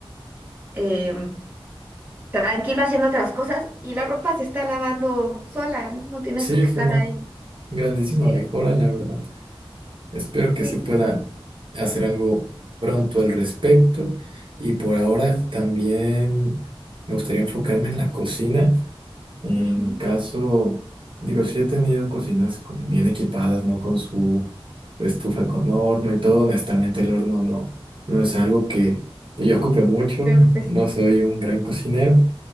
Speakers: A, on the right; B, on the right.
A: em, tranquilo haciendo otras cosas y la ropa se está lavando sola, ¿no? No tienes
B: sí,
A: tú
B: es
A: que estar
B: una
A: ahí.
B: grandísima
A: eh,
B: mejora, la verdad. Espero que
A: sí,
B: se pueda hacer algo pronto al respecto. Y por ahora también me gustaría enfocarme en la cocina. En
A: Ujú.
B: mi
A: yo
B: caso, digo, sí he tenido cocinas con- bien equipadas, ¿no? Con su estufa con horno y todo. Honestamente, el horno no, no es algo que que yo ocupe mucho.
A: creo que pues.
B: No soy un gran cocinero,